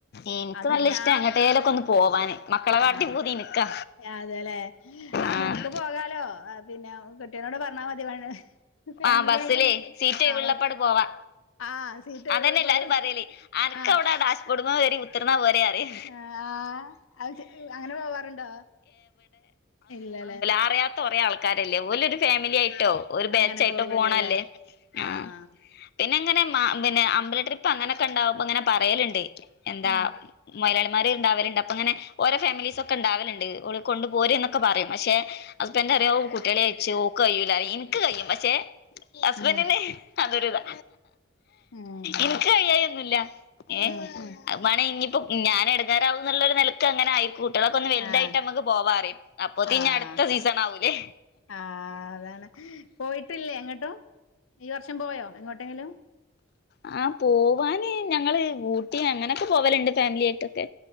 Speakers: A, on the left (about 50°); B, on the left (about 80°).
A: എനിക്ക്
B: അത്
A: നല്ല
B: ഞാ
A: ഇഷ്ടാ എങ്ങട്ടേലൊക്കെ ഒന്ന് പോവാന് മക്കളെ കാട്ടി
B: അ
A: പൂതി ഇനിക്കാ
B: അതെലെ ആഹാ
A: ആഹ്
B: നിനക്ക് പോകാലോ പിന്നെ കെട്ടിയോനോട് പറഞ്ഞാൽ മതി. ഫാമിലി
A: ആഹാ ബസ്സിലേ
B: ആയിട്ട്
A: സീറ്റ് ഒഴിവ്ള്ളപ്പാട്
B: ആഹ് ബസ്
A: പോവാ.
B: ആഹ് സീറ്റ് ഒഴിവുള്ളപ്പോ
A: അതന്നെല്ലാരും
B: ഒരു
A: പറ്യല് അൻക്കൗടെ
B: ആഹ്
A: ഡാഷ് ബോഡു മേ കേറി കുത്തർന്നാ പോരെ അറിം.
B: എ ആഹ് അത് ചെ അങ്ങനെ പോവാറുണ്ടോ ഇല്ലലെ.
A: അറിയാത്തോറെ ആൾ ആൾക്കാരല്ലേ ഓലോരു ഫാമിലി ആയിട്ടോ ഒരു ബാച്ചായിട്ടോ
B: അങ്ങനെ പോവല്ലല്ലേ
A: പോണല്ലേ ആ
B: ആഹ്
A: പിന്നെ ഇങ്ങനെ മ പിന്നെ അമ്പല ട്രിപ്പ് അങ്ങനൊക്ക എണ്ടാവുമ്പ ഇങ്ങനെ പറയലിണ്ടേ എന്താ
B: ഉം
A: മൊയ്ലാളിമാര് ണ്ടാവല്ണ്ട് അപ്പങ്ങനെ ഓരോ ഫാമിലീസൊക്കെണ്ടാവല്ണ്ട്. ള് കൊണ്ട്
B: ഉം
A: പോര് ന്നൊക്കെ പറിം. പക്ഷെ
B: ഉം
A: ഹസ്ബൻഡറിയും ഔഹ് കുട്ട്യേളെയ്റ്റ് ഓക് കയ്യൂല്ല പറിം ഇൻക്ക് കഴിയും പക്ഷെ ചെ ഹസ്ബൻഡ്
B: ഉം
A: ന് അതൊരുതാ.
B: ഉം
A: ഇന്ക്ക് കഴിയായി ഒന്നുല്ല ഹേ...
B: ഉം
A: !
B: ഉം
A: അത് വാന്നെ ഇഞ്ഞിപ്പ ഞാനെടങ്ങേറാവുന്നുള്ളൊരു നിലക്ക് അങ്ങനെ ആയിരിക്കും. കുട്ട്യേളൊക്കെ ഒന്ന് വൽതായിട്ട്
B: ആഹ്
A: നമ്മക്ക് പോവാ റിം. അപ്പോത്തി
B: ആഹ്
A: ഇഞടുത്ത സീസൺ ആവൂലേ
B: ആഹ് അതാണ് പോയിട്ടില്ലേ എങ്ങട്ടും ഈ വർഷം പോയോ എങ്ങോട്ടെങ്കിലും.
A: ആഹാ പോവാന് ഞങ്ങള് ഊട്ടി അങ്ങനൊക്കെ പോവലുണ്ട് ഫാമിലി ആയിട്ടൊക്കെ.